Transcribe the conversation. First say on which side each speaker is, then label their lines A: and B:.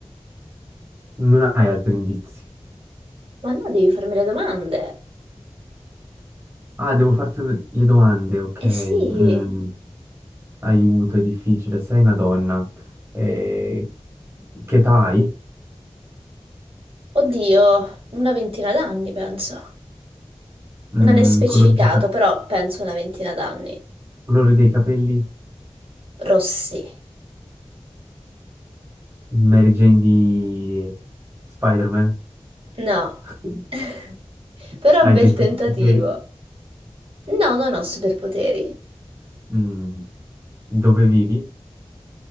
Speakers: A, on the right; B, on the right.
A: non hai altri indizi.
B: ma no, devi farmi le domande.
A: Ah, devo farti un- le domande, ok.
B: Eh
A: Mm,
B: sì,
A: aiuto, è difficile. Sei una donna. Eh, che età hai?
B: oddio, una ventina d'anni penso.
A: Mm,
B: Non è specificato,
A: colore, di ca-
B: però penso una ventina d'anni.
A: colore dei capelli?
B: Rossi.
A: Mary Jane di Spider-Man?
B: No,
A: <laughs>
B: <laughs> però
A: Hai
B: bel
A: dei superpoteri?
B: tentativo. No, non ho superpoteri.
A: Mm, dove vivi?